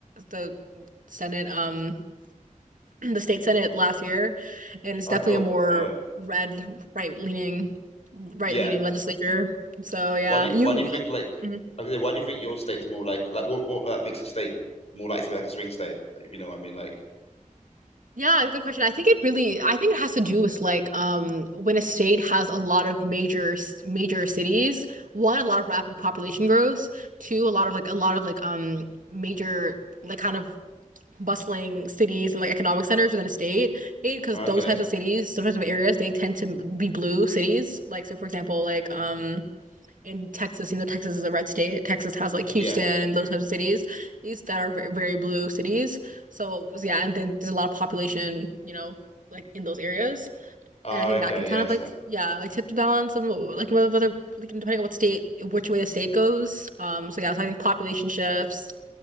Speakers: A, on the right; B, on the left.
A: the Senate um the state senate last year, and it's
B: oh
A: definitely
B: cool
A: a more
B: yeah
A: red, right leaning, right
B: yeah
A: leaning legislature. So yeah,
B: why do you
A: you
B: why do you think like
A: mhm.
B: I was gonna say, why do you think your state's more like like what what like makes a state more likely to be like a swing state if you know what I mean like
A: yeah, good question. I think it really, I think it has to do with like um when a state has a lot of major s- major cities, one, a lot of rapid population growth, two, a lot of like a lot of like um major like kind of bustling cities and like economic centers within a state because
B: okay
A: those types of cities those types of areas they tend to be blue cities like so for example like um in Texas, you know, Texas is a red state. Texas has like
B: yeah
A: Houston and those types of cities, these that are very, very blue cities. So yeah, and then there's a lot of population, you know, like in those areas.
B: Oh,
A: And I think
B: okay.
A: that can kind
B: Yes,
A: of like
B: uh,
A: yeah, like tip the balance of like whether whether- like depending on what state, which way the state goes. Um, so yeah, so I think population shifts